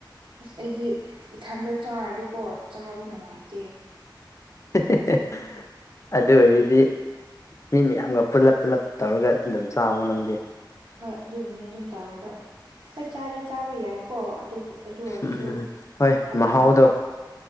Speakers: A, on the right (about 85°); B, on the left (about 40°).
A: ꯑꯁ ꯑꯩꯗꯤ ꯏꯊꯟꯇ ꯆꯥꯔꯗꯤꯀꯣ ꯆꯥꯕ ꯅꯨꯡꯉꯥꯏꯇꯦ
B: ꯍꯦ ꯍꯦ ꯍꯦ ꯑꯗꯨ ꯑꯣꯏꯔꯗꯤ ꯃꯤ ꯃꯌꯥꯝꯒ ꯄꯨꯜꯂꯞ ꯄꯨꯜꯂꯞ ꯇꯧꯔꯒ ꯑꯗꯨꯝ ꯆꯥꯎꯋꯣ ꯅꯪꯗꯦ
A: ꯍꯣꯏ ꯑꯗꯨꯒꯤꯅꯦ ꯑꯗꯨꯝ ꯇꯧꯋꯦ ꯑꯗꯣ ꯍꯣꯏ ꯆꯥꯗꯤ ꯆꯥꯕ ꯌꯥꯏꯀꯣ ꯑꯗꯨꯕꯨ ꯑꯗꯨ ꯑꯣꯏꯔꯁꯨ
B: ꯎꯝ ꯍꯣꯏ
A: ꯌꯥꯝꯅ
B: ꯃꯍꯥꯎꯗꯣ